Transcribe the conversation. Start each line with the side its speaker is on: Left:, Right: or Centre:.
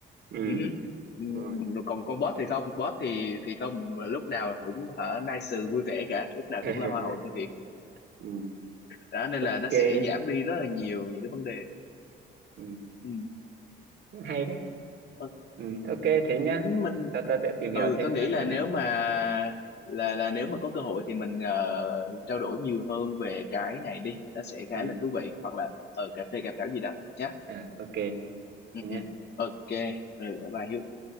Right: Ừ,
Left: Ừ hứ. Ừm,
Right: đúng rồi.
Left: còn con boss thì không boss thì thì không lúc nào cũng hả nice vui vẻ cả lúc nào
Right: <laughs>
Left: cũng là hoa hậu thân thiện
Right: Ừ,
Left: đó nên
Right: ok.
Left: là nó sẽ giảm đi rất là nhiều những cái vấn đề
Right: Ừ,
Left: ừ.
Right: cũng hay đấy.
Left: Ok,
Right: Ừ, ok thế nhá.
Left: mình
Right: Sao tôi sẽ tìm hiểu
Left: ừ
Right: thêm
Left: tôi nghĩ
Right: xem
Left: là
Right: thế nào.
Left: nếu mà là là nếu mà có cơ hội thì mình ờ, trao đổi nhiều hơn về cái này đi, nó sẽ khá
Right: Ừ,
Left: là thú vị hoặc là ở cà phê cà pháo gì đó nhá.
Right: à, ok. Thế
Left: Ừ,
Right: nhá.
Left: ừ. Ok, ừ, bye Hiếu.